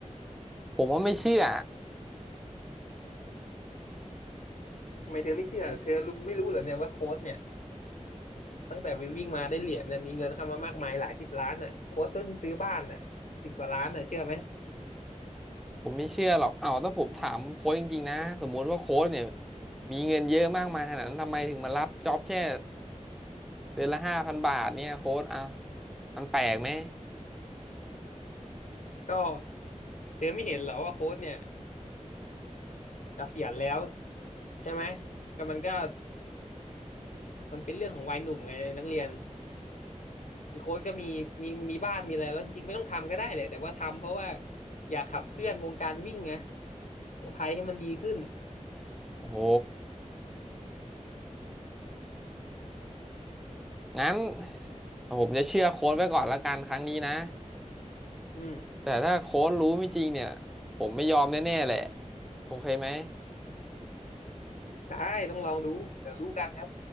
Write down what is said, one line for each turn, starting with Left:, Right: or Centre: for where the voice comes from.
Centre: ผมว่าไม่เชื่อ
Left: ทำไมเธอไม่เชื่อเธอรู้ไม่รู้เหรอเนี่ยว่าโค้ชเนี่ย ตั้งแต่วิ่งมาได้เหรียญเนี่ยมีเงินเข้ามามากมายหลายสิบล้านอ่ะโค้ชเพิ่งซื้อบ้านอ่ะสิบกว่าล้านอ่ะเชื่อไหม
Centre: ผมไม่เชื่อหรอกเอ้าถ้าผมถามโค้ชจริงๆนะสมมุติว่าโค้ชเนี่ยมีเงินเยอะมากมายขนาดนั้นทำไมถึงมารับจ็อบแค่เดือนละห้าพันบาทเนี่ยโค้ชอ่ะมันแปลกไหม
Left: ก็เธอไม่เห็นเหรอว่าโค้ชเนี่ยเกษียณแล้วใช่ไหมก็มันก็มันเป็นเรื่องของวัยหนุ่มไงนักเรียนคือโค้ชก็มีมีมีบ้านมีอะไรแล้วจริงๆไม่ต้องทำก็ได้เลยแต่ว่าทำเพราะว่าอยากขับเคลื่อนวงการวิ่งไงของไทยให้มันดีขึ้น
Centre: โอ้โห งั้นผมจะเชื่อโค้ดไว้ก่อนละกันครั้งนี้นะ
Left: อืม
Centre: แต่ถ้าโค้ดรู้ไม่จริงเนี่ยผมไม่ยอมแน่ๆแหละโอเคไหม
Left: ได้ต้องลองดูเดี๋ยวรู้กันครับ